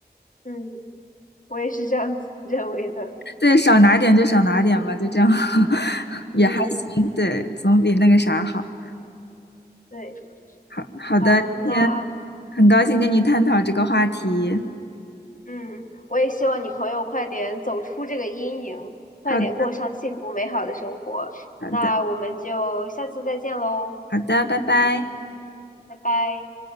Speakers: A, on the left; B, on the left.
A: 嗯，我也是这样子 <laughs> 认为的。
B: 对，少拿点就少拿点吧，就这样，<laughs> 也还行，
A: 嗯，
B: 对，总比那个啥好。
A: 对，
B: 好好的，
A: 好，
B: 今天
A: 那。
B: 很高兴跟你探讨这个话题。
A: 嗯，我也希望你朋友快点走出这个阴影，快点过上幸福美好的生活。
B: 好的，好的，
A: 那我们就下次再见喽，
B: 好的，拜拜。
A: 拜拜。